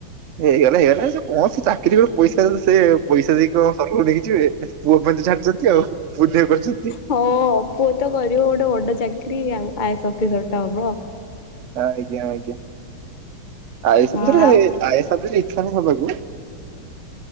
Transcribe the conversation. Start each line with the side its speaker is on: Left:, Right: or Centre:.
Right: ହେଇଗଲା ହେଇଗଲା ଯେ କଣ ସେ ଚାକିରି ରୁ ପଇସା ଦେଲୁ ସେ ପଇସା ଦେଇ କଣ ସରଗକୁ ନେଇକି ଯିବେ। ପୁଅ ପାଇଁ ତୋ ଛାଡୁଛନ୍ତି ଆଉ ବୁଲିବାକୁ ଆସିଛନ୍ତି।
Left: ହଁ ପୁଅ ତ କରିବ ଗୋଟେ ବଡ ଚାକିରରି ଆଉ ଆଇସ୍ ଅଫିସର ଟା ହବ।
Right: ଆଜ୍ଞା ଆଜ୍ଞା। ଆଇଏସ
Left: ହଁ
Right: ଅଫିସର
Left: ଆଉ
Right: ଏ ଆଇଏସ ଅଫିସର ଇଛା ନୁହଁ ହେବାକୁ